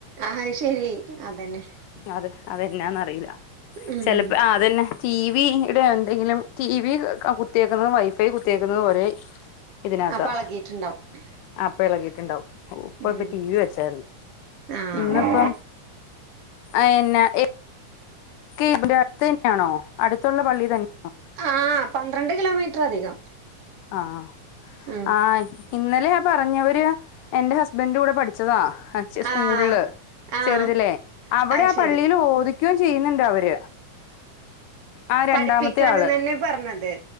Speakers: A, on the right; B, on the left.
A: ആഹ് അത് ശരി അതന്നെ
B: അതെ അതന്നാന്നറിയില്ല
A: ഉം
B: ചെലപ്പോ അതന്നെ ടി വിടെ എന്തെങ്കിലും ടി വി കുത്തിയേക്കുന്നതും വൈഫൈ കുത്തിയേക്കുന്നത് ഒരേ ഇതിനകത്താ
A: അപ്പൊ എളകീട്ടുണ്ടാവും
B: അപ്പോ ഇളകീട്ടുണ്ടാവും. ഇപ്പ
A: ഉം
B: ടി വി വെച്ചാരുന്നു.
A: ആഹ്
B: ഇന്നിപ്പം അയെന്നാ എക് കി ഇയിന്റെ അടുത്ത് തന്നെയാണോ. അടുത്തൊള്ള പള്ളി തന്നെയാണോ?
A: ആഹ് പന്ത്രണ്ട് കിലോമീറ്റർ അധികം
B: ആഹ്
A: ഉം
B: ആയ ഇന്നെലെ ആ പറഞ്ഞവര് എന്റെ ഹസ്ബെൻഡിന്റെ കൂടെ പഠിച്ചതാ അച്ചേ സ്കൂളില്
A: ആഹ് ആഹ്
B: ചെറുതില്ലേ. അവടെ
A: അത്
B: ആ
A: ശരി
B: പള്ളീല് ഓതിക്കുകയും ചെയ്യുന്നുണ്ട് അവര്. ആ രണ്ടാമത്തെ
A: പഠിപ്പിക്കണന്ന്
B: ആള്
A: തന്നെ പറഞ്ഞത്.